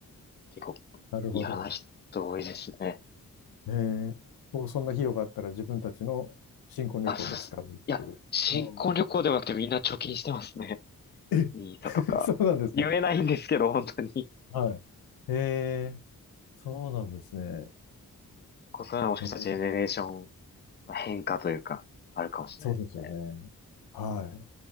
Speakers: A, on the left; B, on the left.
A: <laughs> 結構、
B: なるほど。
A: やらない人多いですね。
B: ええ。もうそんな費用があったら自分たちの新婚旅行に使うっていう。
A: あ、そうっす。いや、新婚旅行でもなくてみんな貯金してますね。
B: うんえ、
A: ニーサとか。
B: <laughs> そうなんですか
A: 言えないんですけど、本当に。
B: はい。ええ、そうなんですね。
A: こうそういうのはもしかしたらジェネレーション
B: ええ、
A: の変化というか、あるかもしれないですね。
B: そうですよね。は